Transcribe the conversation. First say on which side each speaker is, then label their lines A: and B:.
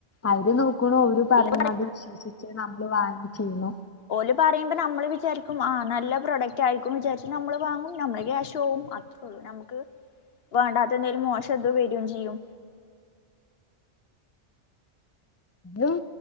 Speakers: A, on the left (about 15°); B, on the left (about 60°).
A: അവര് നോക്കണു ഓര് പറഞ്ഞുങ്ങാട്ട്
B: ഇല്ല
A: അത് വിശ്വസിച്ച് നമ്മള് വാങ്ങി ചെയ്യണു.
B: ഓര് പറയുമ്പോ നമ്മള് വിചാരിക്കും ആഹ് നല്ല പ്രൊഡക്റ്റ് ആയിരിക്കും വിചാരിച്ച് നമ്മള് വാങ്ങും നമ്മള് ക്യാഷ് ഷ് പോവും അത്രേ ഉള്ളൂ നമുക്ക് വേണ്ടാത്ത എന്തേലും മോശം എതു വരുകയും ചെയ്യും.
A: ഏഹ്